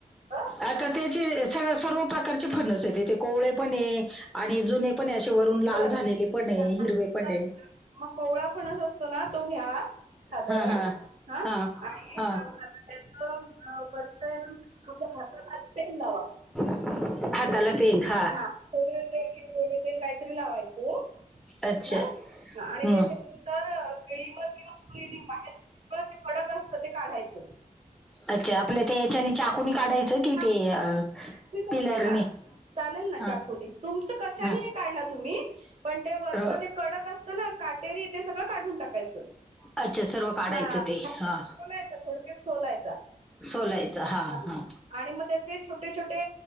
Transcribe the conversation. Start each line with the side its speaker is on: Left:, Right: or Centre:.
Right: <unintelligible>
Centre: आता त्याचे स सर्व प्रकारचे फनस आहेत. तेे कोवळे पण ये आणि जुने पण असे वरून लाल
Right: बरं
Centre: झालेले पण ये,
Right: हां, हां.
Centre: हिरवे पण
Right: बरं,
Centre: आहे.
Right: बरं. मग कोवळा फणस असतो ना. तो घ्या साधारण
Centre: हां हां
Right: हा
Centre: हां
Right: आणि
Centre: हां
Right: एक काम त्याच परत आहे ना हात तेल लावा
Centre: <unintelligible>
Right: <inaudible> ते कि वेढ तेल काहीतरी लावायचं
Centre: अच्छा
Right: ह आणि
Centre: हं.
Right: <unintelligible> <unintelligible> किंवा सुरीनी बाहेर ते कडक असत ते काढायचं.
Centre: अच्छा आपल्या त्या याच्याने चाकुनी काढायचं कि
Right: हां,
Centre: ते
Right: चालेल ते चालेल
Centre: पिलरने
Right: ना चालेल ना
Centre: हां
Right: चाकुनी. तुमच कशाने
Centre: हां
Right: काढला तुम्ही पण ते वरचं
Centre: अ,
Right: जे कडक असतं ना काटेरी ते सगळं काढून टाकायचं.
Centre: अच्छा सर्व काढायचं
Right: हां.
Centre: ते हा.
Right: सोलायचा थोडक्यात सोलायचा.
Centre: सोलायच हा
Right: हां.
Centre: हा.
Right: आणि मग त्याचे छोटे छोटे